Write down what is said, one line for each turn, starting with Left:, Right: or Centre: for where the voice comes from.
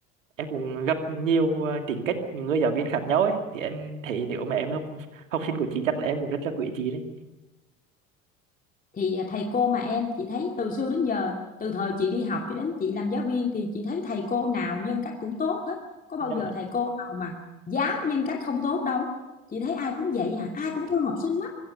Right: em cũng gặp nhiều ờ, tính cách những người giáo viên khác nhau ấy thì em thấy nếu mà em là học học sinh của chị chắc là em cũng rất là quý chị đấy
Left: thì à, thầy cô mà em chị thấy từ xưa đến giờ từ thời chị đi học cho đến chị làm giáo viên thì chị thấy thầy cô nào nhân cách cũng tốt hết có bao
Right: dạ
Left: giờ thầy cô nào mà dám nhân cách không tốt đâu chị thấy ai cũng vậy à ai cũng thương học sinh lắm